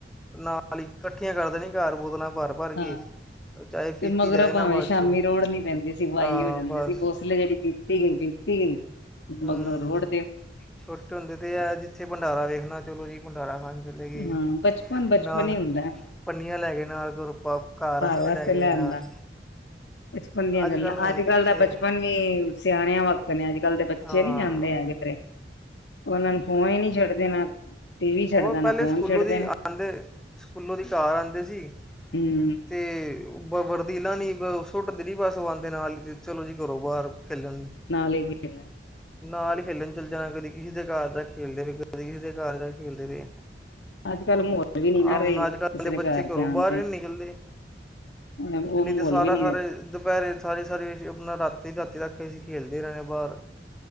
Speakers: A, in the centre; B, on the left (about 80°).
A: ਨਾਲ ਹੀ ਇਕੱਠੀਆਂ ਕਰ ਦੇਣੀਆਂ ਘਰ ਬੋਤਲਾਂ ਭਰ ਭਰ ਕੇ
B: ਹਾਂ
A: ਚਾਹੇ
B: ਤੇ
A: ਪੀਤੀ
B: ਮਗਰੋ
A: ਜਾਏ
B: ਭਾਵੇਂ
A: ਨਾ ਬਾਅਦ
B: ਸ਼ਾਮੀ
A: 'ਚੋਂ
B: ਰੋੜ ਨੀ ਪੈਂਦੀ ਸੀ ਬਈ
A: ਹਾਂ
B: ਹੋ ਜਾਂਦੀ
A: ਬਸ
B: ਸੀ ਗੋਸ ਜਿਹੜੀ ਪੀਤੀ ਗਈ ਪੀਤੀ ਗਈ।
A: ਹੁਅ
B: ਮਗਰੋਂ ਰੋੜ ਦਿਓ
A: ਹੁਅ ਛੋਟੇ ਹੁੰਦੇ ਤੇ ਇਹ ਆ ਜਿੱਥੇ ਭੰਡਾਰਾ ਵੇਖਣਾ ਚਲੋ ਜੀ ਭੰਡਾਰਾ ਖਾਣ ਚਲੇ। ਤੇ
B: ਹਾਂ
A: ਕਿ
B: ਬਚਪਨ ਬਚਪਨ
A: ਨਾਲ
B: ਹੀ ਹੁੰਦਾ
A: ਪੰਨੀਆਂ ਲੈ ਕੇ ਨਾਲ ਤੁਰ ਪਾ ਘਰ ਰਸਤੇ
B: ਵਾਸਤੇ
A: ਲੈ ਕੇ
B: ਲੈਣ
A: ਆਏ ਨਾਲ।
B: ਦਾ। ਬਚਪਨ ਦੀਆਂ
A: ਅੱਜ
B: ਗੱਲਾਂ
A: ਕੱਲ੍ਹ ਹੁਣ
B: ਅੱਜ-ਕੱਲ੍ਹ
A: ਕਿੱਥੇ
B: ਦਾ ਬਚਪਨ ਵੀ ਸਿਆਣਿਆਂ ਵਕਤ ਨੇ ਅੱਜ-ਕੱਲ੍ਹ ਦੇ ਬੱਚੇ
A: ਹਾਂ
B: ਨੀ ਜਾਂਦੇ ਹੈਗੇ ਜਧਰੇ ਉਹਨਾਂ ਨੂੰ ਫੋਨ ਹੀ ਛੱਡਦੇ ਨਾ। ਟੀ ਵੀ
A: ਉਹ
B: ਛੱਡਦਾ ਨਾ
A: ਪਹਿਲੇ
B: ਫੋਨ
A: ਸਕੂਲੋ
B: ਛੱਡਦੇ
A: ਦੀ
B: ਨੇ
A: ਆਦੇ ਸਕੂਲੋ ਦੀ ਘਰ ਆਦੇ ਸੀ।
B: ਹੂੰ
A: ਅਤੇ ਬ ਵਰਦੀ ਲਾਂਨੀ ਬ ਸੁੱਟ ਦੇਣੀ ਬਸ ਆਦੇ ਨਾਲ ਹੀ। ਚਲੋ ਜੀ ਘਰੋ ਬਾਹਰ ਖੇਲਣ।
B: ਨਾਲ ਹੀ ਖੇਲ
A: ਨਾਲ ਹੀ ਖੇਲਣ ਚੱਲ ਜਾਣਾ। ਕਦੇ ਕਿਸੇ ਦੇ ਘਰ ਜਾ ਖੇਲਦੇ ਰਹੇ, ਕਦੇ ਕਿਸੇ ਦੇ ਘਰ ਜਾ ਖੇਲਦੇ ਰਹੇ।
B: ਅੱਜ ਕੱਲ ਮਾਹੌਲ ਵੀ ਨੀ
A: ਆਹ
B: ਨਾ ਰਹੇ
A: ਹੁਣ ਅੱਜ-ਕੱਲ੍ਹ
B: ਕਿਸੇ
A: ਦੇ ਬੱਚੇ
B: ਘਰ
A: ਘਰੋ
B: ਜਾਣ
A: ਬਾਹਰ
B: ਦੇ।
A: ਨੀ ਨਿਕਲਦੇ।
B: ਉਹ
A: ਪਹਿਲੀ
B: ਮਾਹੌਲ
A: ਤੇ ਸਾਰਾ-ਸਾਰਾ
B: ਵੀ ਨੀ ਹੈ।
A: ਦੁਪਹਿਰੇ ਸਾਰੀ-ਸਾਰੀ ਅਸੀ ਆਪਣਾ ਰਾਤੀ-ਰਾਤੀ ਤੱਕ ਅਸੀ ਹਾਂ ਬਾਹਰ